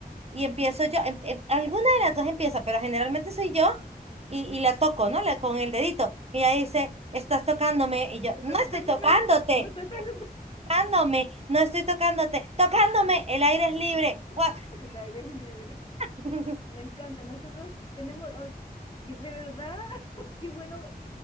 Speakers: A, on the right; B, on the left.
A: y empiezo yo, em- em- alguna de las dos empieza, pero generalmente soy yo y, y la toco, ¿no? La, con el dedito. Y ella dice, estás tocándome. Y yo,
B: Está
A: no
B: atacándome.
A: estoy tocándote,
B: No está atacando
A: tocándome, no estoy tocándote, tocándome, el aire es libre. guau".
B: <laughs> el aire es libre.
A: <laughs>
B: Me encanta. Nosotros tenemos, ay, que de verdad, <laughs> qué bueno,